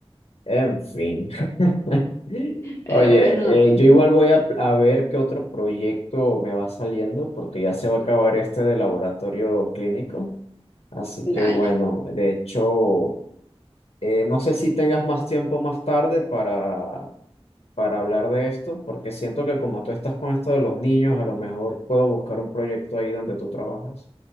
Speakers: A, on the left; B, on the left.
A: En fin. <laughs>
B: Pero
A: Oye,
B: bueno,
A: eh, yo igual voy a, a ver qué otro proyecto me va saliendo, porque ya se va a acabar este de laboratorio clínico. Así
B: dale.
A: que bueno, de hecho, eh, no sé si tengas más tiempo más tarde para para hablar de esto, porque siento que como tú estás con esto de los niños, a lo mejor puedo buscar un proyecto ahí donde tú trabajas.